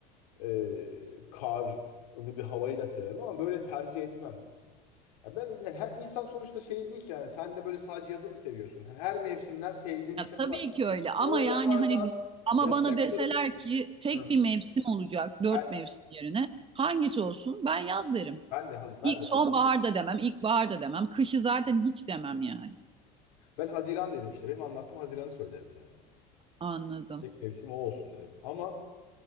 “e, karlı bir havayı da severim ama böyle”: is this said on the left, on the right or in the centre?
Left